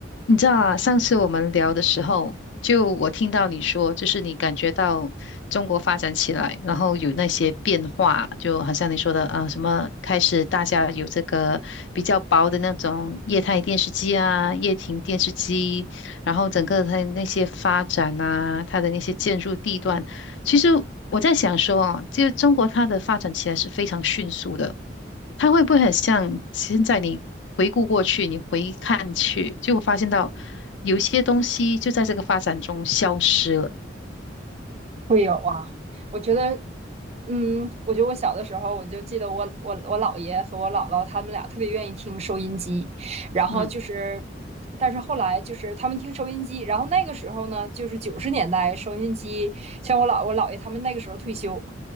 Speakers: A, on the left; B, on the right.
A: 你知道啊，上次我们聊的时候，就我听到你说，就是你感觉到中国发展起来，然后有那些变化，就好像你说的啊，什么开始大家有这个比较薄的那种液态电视机啊、液晶电视机，然后整个它的那些发展啊，它的那些建筑地段，其实我在想说啊，就中国它的发展起来是非常迅速的。它会不会很像现在你回顾过去，你回看去，就发现到有些东西就在这个发展中消失了。
B: 会有啊，我觉得，嗯，我觉得我小的时候，我就记得我我我姥爷和我姥姥他们俩特别愿意听收音机，然后就是，
A: 嗯
B: 但是后来就是他们听收音机，然后那个时候呢，就是九十年代收音机，像我姥我姥爷他们那个时候退休，